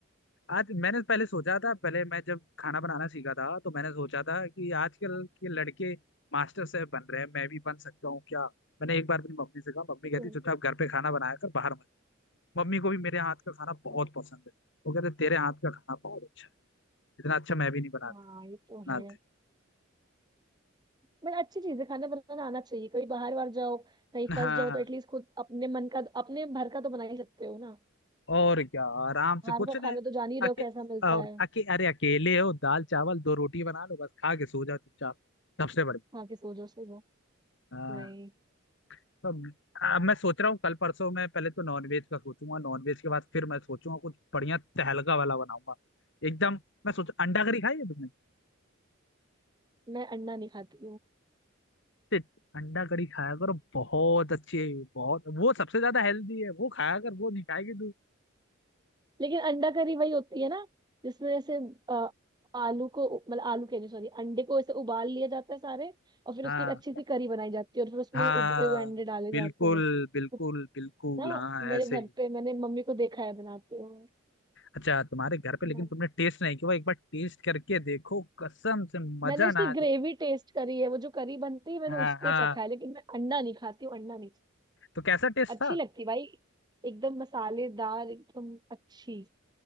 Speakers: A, on the left; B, on the right.
A: आज मैंने पहले सोचा था पहले मैं जब खाना बनाना सीखा था तो मैंने सोचा था कि आजकल
B: हाँ
A: के लड़के मास्टर शेफ बन रहे हैं मैं भी बन सकता हूँ क्या मैंने एक बार अपनी मम्मी से कहा मम्मी
B: ये
A: कहती
B: तो-
A: चुपचाप घर पे खाना बनाया कर बाहर मत मम्मी को भी मेरे हाथ का खाना बहुत
B: है।
A: पसंद है वो कहते तेरे हाथ का खाना बहुत अच्छा है इतना अच्छा मैं भी नहीं बनाता
B: हाँ, ये तो
A: इतना
B: है
A: अच्छा-
B: बट अच्छी चीज है खाना बनाना आना चाहिए कभी बाहर बाहर जाओ कहीं
A: हाँ
B: फंस जाओ तो एटलीस्ट खुद अपने मन का अपने भर का तो बना ही सकते हो ना
A: और क्या आराम
B: बाहर
A: से कुछ
B: का
A: नहीं
B: खाना तो जान ही रहे
A: अके,
B: हो कैसा मिलता
A: और
B: है
A: अके, अरे अकेले हो दाल चावल दो रोटी बना लो बस खा के सो जाओ चुपचाप सबसे बढ़िया
B: वहां के सोचो से
A: हाँ।
B: वही
A: तो अब अब मैं सोच रहा हूँ कल परसों मैं पहले तो नॉनवेज का सोचूंगा नॉनवेज के बाद फिर मैं सोचूंगा कुछ बढ़िया तहलका वाला बनाऊंगा एकदम मैं सोच अंडा करी खाई है तुमने
B: मैं अंडा नहीं खाती
A: शिट, अंडा करी खाया करो बहुत अच्छी है बहुत वो सबसे ज्यादा हेल्दी है वो खाया कर वो नहीं खाएगी तू
B: लेकिन अंडा करी वही होती है ना जिसमें जैसे अ, आलू को मतलब आलू कह रही सॉरी अंडे को ऐसे उबाल लिया जाता है सारे और फिर
A: हाँ
B: उसकी एक अच्छी सी करी बनाई जाती है और फिर उसमें
A: हाँ
B: उबले हुए अंडे डाले
A: बिल्कुल
B: जाते हैं तो
A: बिल्कुल बिल्कुल
B: ना
A: हाँ
B: मेरे
A: ऐसे
B: घर
A: ही
B: पे मैंने मम्मी को देखा है बनाते हुए
A: अच्छा तुम्हारे घर पे
B: मैं-
A: लेकिन तुमने टेस्ट नहीं किया एक बार टेस्ट करके देखो कसम से मजा
B: मैंने उसकी
A: ना आ
B: ग्रेवी
A: जाए
B: टेस्ट करी है वो जो करी बनती है मैंने
A: हाँ
B: उसको
A: हाँ
B: चखा है लेकिन मैं अंडा नहीं खाती हूँ अंडा नहीं
A: तो कैसा टेस्ट
B: अच्छी
A: था
B: लगती भाई एकदम मसालेदार एकदम अच्छी